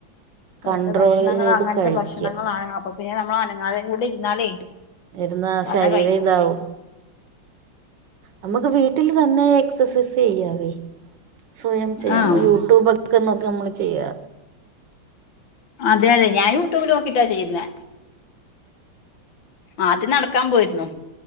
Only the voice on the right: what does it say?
കൺട്രോൾ
ചെയ്ത്
കഴിക്കുക
ഇരുന്നാ
ശരീരം
ഇതാവും നമുക്ക് വീട്ടില് തന്നെ എക്സസൈസ് ചെയ്യാവേ സ്വയം ചെയ്യാം
യൂട്യൂബൊക്കെക്കെ നോക്കി നമ്മള് ചെയ്യുക